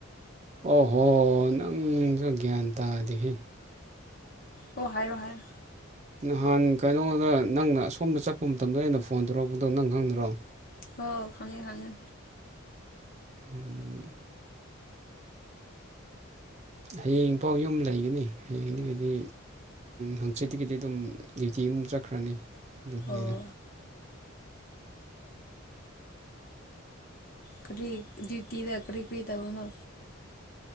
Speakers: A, on the right (about 30°); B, on the left (about 45°).
A: ꯑꯣꯍꯣ ꯅꯪꯁꯨ ꯒ꯭ꯌꯥꯟ ꯇꯥꯗꯤꯍꯦ
B: ꯑꯣ ꯍꯥꯏꯔꯣ ꯍꯥꯏꯔꯣ
A: ꯅꯍꯥꯟ ꯀꯩꯅꯣꯗ ꯅꯪꯅ ꯑꯁꯣꯝꯗ ꯆꯠꯄ ꯃꯇꯝꯗ ꯑꯩꯅ ꯐꯣꯟ ꯇꯧꯔꯛꯄꯗꯣ ꯅꯪ ꯈꯪꯗ꯭ꯔꯣ
B: ꯍꯥꯎ ꯈꯪꯉꯦ ꯈꯪꯉꯦ
A: ꯎꯝ ꯍꯌꯦꯡ ꯄꯥꯎ ꯌꯨꯝ ꯂꯩꯒꯅꯤ ꯍꯌꯦꯡꯗꯒꯤꯗꯤ ꯍꯪꯆꯤꯠꯇꯒꯤꯗꯤ ꯑꯗꯨꯝ ꯗ꯭ꯌꯨꯇꯤ ꯆꯠꯈ꯭ꯔꯥꯅꯤ ꯑꯗꯨꯒꯤꯅꯤꯗ
B: ꯑꯣ ꯀꯔꯤ ꯗ꯭ꯌꯨꯇꯤꯗ ꯀꯔꯤ ꯀꯔꯤ ꯇꯧꯕꯅꯣ